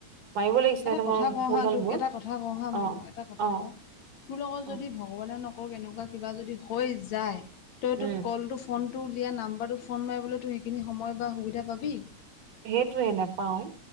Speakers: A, on the right; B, on the left.
A: মাৰিবই লাগিছিলে,
B: এটা
A: সেইটো
B: কথা
A: ম
B: কওঁ
A: ভুল
B: হা
A: হ'ল
B: তোক
A: মোৰ।
B: এটা কথা কওঁ হা
A: অ',
B: এটা কথা
A: অ'।
B: কওঁ তোৰ লগত
A: অ',
B: যদি ভগৱানে নকৰক এনেকুৱা কিবা যদি হৈ যায়, তই
A: উম।
B: তোৰ কলটো ফোনটো উলিয়াই নাম্বাৰটোত ফোন মাৰিবলে তো সেইখিনি সময় বা সুবিধা পাবি?
A: সেইটোৱেই নেপাও।